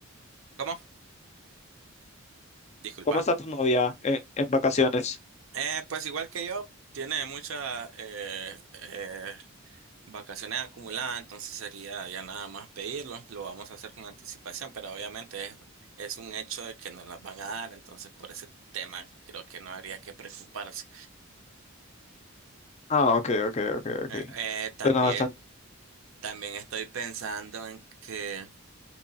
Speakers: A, on the right; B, on the left.
A: ¿Cómo? Disculpa.
B: ¿Cómo está tu novia en, en vacaciones?
A: Eh, pues igual que yo, tiene muchas eh, eh, vacaciones acumuladas, entonces sería ya nada más pedirlo. Lo vamos a hacer con anticipación, pero obviamente es, es un hecho de que nos las van a dar, entonces por ese tema creo que no habría que preocuparse.
B: Ah, ok, ok, ok, ok.
A: Eh, eh, también.
B: Bueno, bastante.
A: También estoy pensando en que